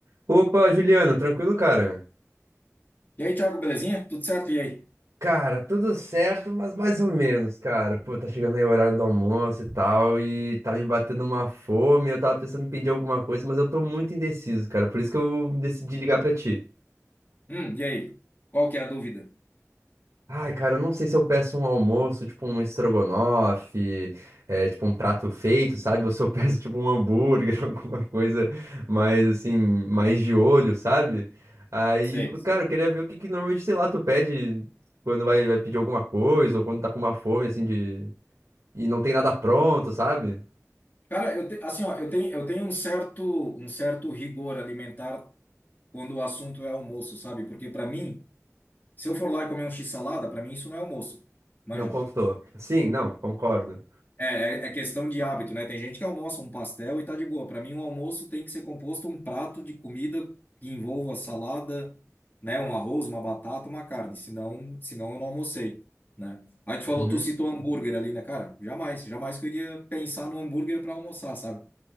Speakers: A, on the right; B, on the left.
A: Opa, Juliano, tranquilo, cara?
B: E aí, Thiago, belezinha? Tudo certo? E aí?
A: Cara, tudo certo, mas mais ou menos, cara. Pô, tá chegando aí o horário do almoço e tal, e tá me batendo uma fome. Eu tava pensando em pedir alguma coisa, mas eu tô muito indeciso, cara. Por isso que eu decidi ligar pra ti.
B: Hum, e aí? Qual que é a dúvida?
A: Ai, cara, eu não sei se eu peço um almoço, tipo um estrogonofe, é, tipo um prato feito, sabe? Ou se eu <laughs> peço tipo um hambúrguer, <laughs> alguma coisa mais assim, mais de olho, sabe? Aí,
B: Sei, sei.
A: cara, eu queria ver o que que normalmente, sei lá, tu pede quando vai, vai pedir alguma coisa ou quando tá com uma fome, assim, de... E não tem nada pronto, sabe?
B: Cara, eu te- assim, ó, eu tenho, eu tenho um certo, um certo rigor alimentar quando o assunto é almoço, sabe? Porque para mim, se eu for lá e comer um x-salada, para mim isso não é almoço. Manja?
A: Não contou. Sim, não, concordo.
B: É, é é questão de hábito, né? Tem gente que almoça um pastel e tá de boa. Para mim, um almoço tem que ser composto um prato de comida que envolva salada, né? Um arroz, uma batata, uma carne. Senão, senão eu não almocei, né? Aí tu falou,
A: Uhum.
B: tu citou hambúrguer ali, né, cara? Jamais, jamais que eu iria pensar no hambúrguer para almoçar, sabe?